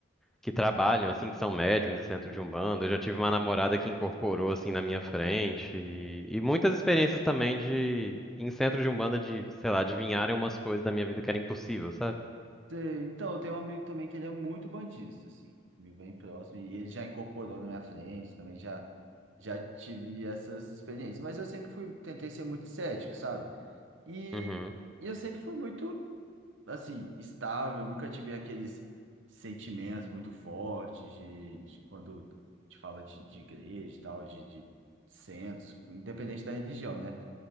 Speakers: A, in the centre; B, on the right.
A: que trabalham, assim, que são médiums em centro de Umbanda. Eu já tive uma namorada que incorporou, assim, na minha frente. E, e muitas experiências também de, em centro de Umbanda, de, sei lá, adivinharem umas coisas da minha vida que era impossível, sabe?
B: Tem- Então, eu tenho um amigo também que ele é muito bandista, assim, amigo bem próximo, e ele já incorporou na minha frente, também já, já tive essas experiências. Mas eu sempre fui, tentei ser muito cético, sabe? E,
A: Uhum,
B: e eu sempre fui muito, assim, estável, nunca tive aqueles sentimentos muito fortes de, de quando te fala de, de igreja e tal, de, de centros, independente da religião, né?